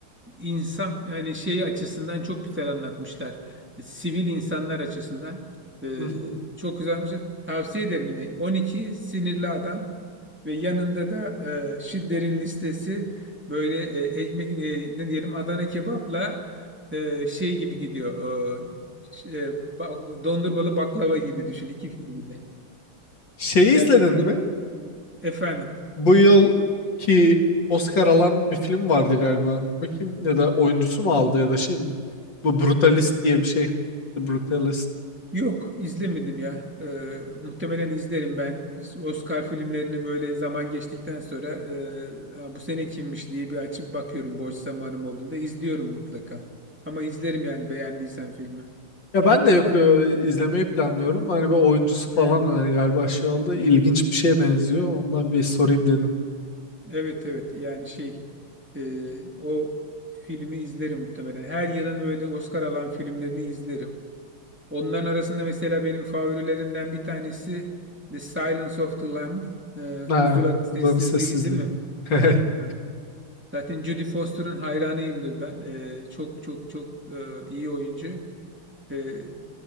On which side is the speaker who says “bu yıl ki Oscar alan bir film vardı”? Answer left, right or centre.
Left